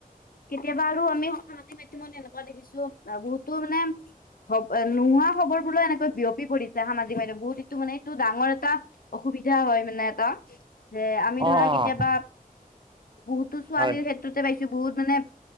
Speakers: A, on the left; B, on the right.
A: কেতিয়াবা আৰু আমি সামাজিক মাধ্যমত এনেকুৱা দেখিছো বহুতো মানে <unintelligible> নোহোৱা খবৰ বোৰো এনেকৈ বিয়পি পৰিছে সামাজিক মাধ্যম বহুত এইটো মানে এইটো ডাঙৰ এটা অসুবিধা হয় মানে এটা, যে আমি
B: অঁ
A: ধৰা কেতিয়াবা
B: অঁ
A: বহুতো ছোৱালীৰ
B: হয়
A: ক্ষেত্ৰতে পাইছো বহুত মানে